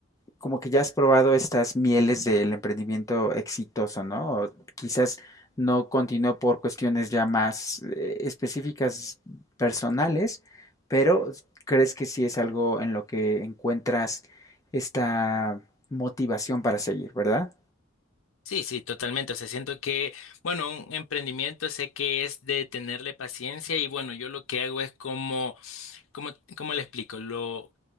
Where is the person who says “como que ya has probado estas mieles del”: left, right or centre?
Left